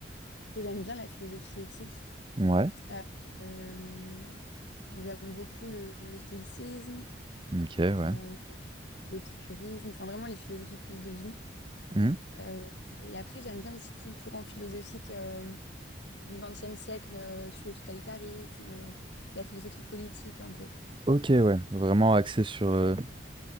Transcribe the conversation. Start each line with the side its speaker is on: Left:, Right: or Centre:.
Left: Du coup, j'aime bien la philosophie éthique.
Right: Ouais,
Left: Euh, euh, j'aime beaucoup le, le stoïcisme,
Right: ok, ouais.
Left: euh, l'épicurisme, enfin vraiment les philosophies plus de vie.
Right: Hmm.
Left: Euh, et après, j'aime bien aussi tout le courant philosophique euh, du XXe siècle euh, sur le totalitarisme, euh, la philosophie politique un peu.
Right: Ok, ouais. Vraiment axé sur... euh,